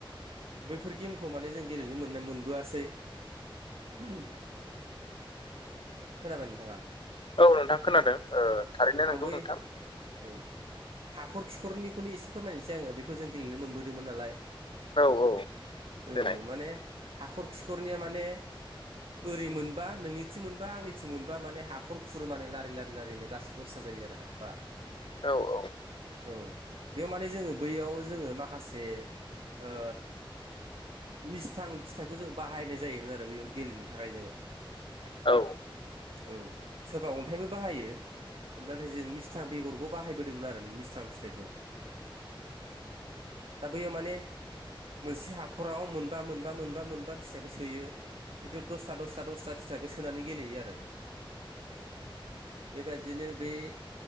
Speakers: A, on the right; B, on the left.
A: बैफोर गेमखौ माने जों गेलेनो मोननाय मोनबोआसै उम खोनाबाय नोंथांआ?
B: औ नोंथां खोनादों ओ थारैनो
A: आं
B: नंगौ
A: बै
B: नोंथां
A: औ हाखर खिखरनिखौनो एसे फोरमायनोसै आङो बेखौ जों गेलेनो मोनबोदोंमोन नालाय
B: औ औ
A: औ
B: देनाय
A: माने हाखर खिखरनिआ माने ओरै मोनबा नोंनिथिं मोनबा आंनिथिं मोनबा माने हाखर खुरो माने लारि लारि लारिनो गासै दसथा जायो आरो बा
B: औ औ
A: औ बेयाव माने जोङो बैयाव जोङो माखासे ओ मिस्थां फिथाइखौ जों बाहायनाय जायोमोन आरो बेयाव गेलेनो थाखाय जोङो
B: औ
A: औ सोरबा अन्थाइबो बाहायो नाथाय जों मिस्थां बेगरखौ बाहायबोदोंमोन आरो मिस्थां फिथाइखौ दा बैयाव माने मोनसे हाखराव मोनबा मोनबा मोनबा मोनबा फिथाइबो सोयो बिदु दसथा दसथा दसथा फिथाइबो सोनानै गेलेयो आरो बेबादिनो बे